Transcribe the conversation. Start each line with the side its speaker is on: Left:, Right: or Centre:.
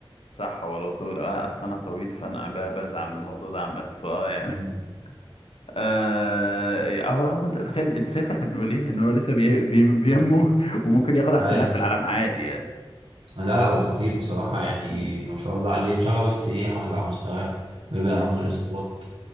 Left: صح هو لو طويل اه اصل انا طويل فانا ب- بزعل من الموضوع ده عامه فاه يعني
Right: مم.
Left: <laughs> آه هو هو انت تخيل انت شايف احنا بنقول ايه ان هو لسه بي... بي... بينمو وممكن ياخد احسن
Right: اي
Left: لاعب في العالم عادي يعني
Right: لا لا هو خطير بصراحة يعني
Left: مم.
Right: ما شاء الله عليه ان شاء الله بس ايه يحافظ على مستواه ويبعد
Left: مم.
Right: عنه الإصابات